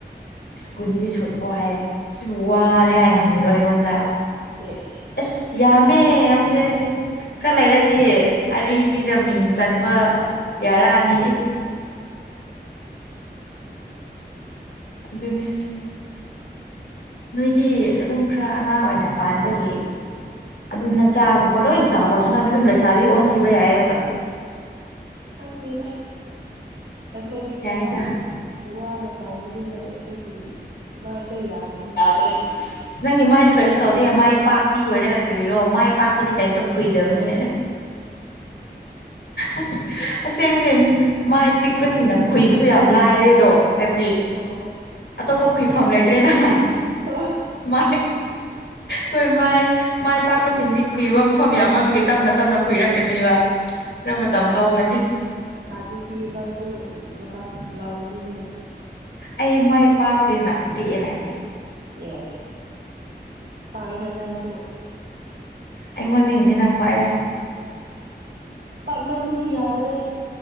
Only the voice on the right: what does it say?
ꯌꯦꯁ
ꯑꯁ
ꯈꯪꯗꯦꯗ ꯑꯈꯣꯏꯗꯤ ꯊꯕꯛ
ꯋꯥꯅ ꯇꯧꯕꯅꯤꯅ ꯑꯩꯈꯣꯏꯒꯤ ꯃꯥꯏꯗꯣ ꯌꯥꯗ꯭ꯔꯦ꯫
ꯑꯣ
ꯑꯣ
ꯑꯗꯨꯗꯤ ꯅꯪꯁꯨ ꯃꯇꯝ ꯂꯧꯕꯅꯤꯅꯦ
ꯑꯦ ꯄꯥꯛꯑꯦ ꯍꯦ ꯅꯪꯁꯨ
ꯄꯥꯛꯃꯟꯕꯒꯤ ꯌꯥꯗꯔꯦ